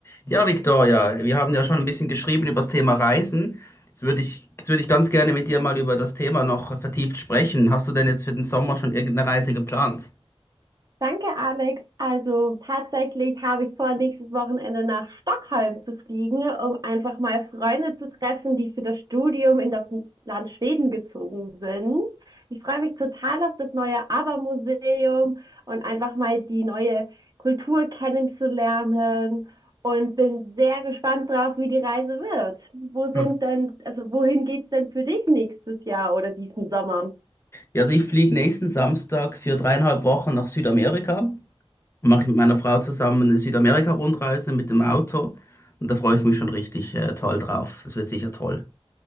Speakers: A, on the left (about 25°); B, on the right (about 40°).
A: Ja, Victoria, wir haben ja schon ein bisschen geschrieben über das Thema Reisen. Jetzt würde ich, jetzt würde ich ganz gerne mit dir mal über das Thema noch vertieft sprechen. Hast du denn jetzt für den Sommer schon irgendeine Reise geplant?
B: Danke, Alex. Also tatsächlich habe ich vor, nächstes Wochenende nach Stockholm zu fliegen, um einfach mal Freunde zu treffen, die für das Studium in das Land Schweden gezogen sind. Ich freue mich total auf das neue ABBA-Museum und einfach mal die neue Kultur kennenzulernen und bin sehr gespannt drauf, wie die Reise wird. Wo sind
A: Ja.
B: denn, also wohin geht's denn für dich nächstes Jahr oder diesen Sommer?
A: Ja, also ich fliege nächsten Samstag für dreieinhalb Wochen nach Südamerika und mache mit meiner Frau zusammen eine Südamerika-Rundreise mit dem Auto. Und da freue ich mich schon richtig, äh, toll drauf. Das wird sicher toll.